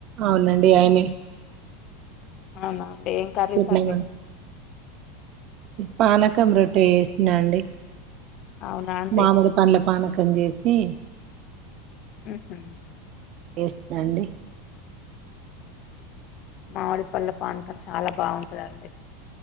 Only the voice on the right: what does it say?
అవునండి అయినయ్
తిన్నామండి
పానకం రొట్టె చేసినా అండి
మామిడి పండ్ల పానకం చేసి
చేస్తున్నానండి